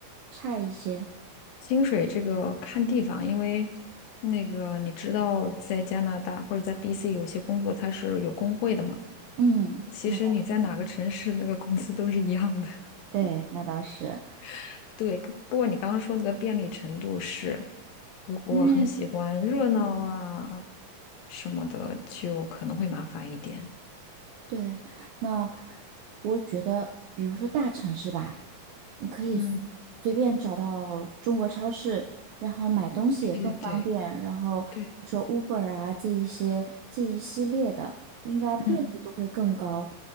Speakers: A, on the right; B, on the left.
A: 差一些。
B: 薪水这个看地方，因为那个你知道，在加拿大或者在 BC 有些工作它是有工会的嘛。
A: 嗯，
B: 其实你在哪个城市，
A: 那倒
B: 那个工资都是一样的。
A: 对，那倒是，
B: <laughs> 对，不过你刚刚说那个便利程度是，如果很喜欢热闹啊
A: 因为
B: 什么的，就可能会麻烦一点。
A: 对，那我觉得，比如说大城市吧。你可以随随便找到中国超市，
B: 嗯，
A: 然后买东西也更方便。
B: 对对对
A: 然后说
B: 对，
A: Uber 啊，这一些这一系列的，应该便利度会更高。
B: 嗯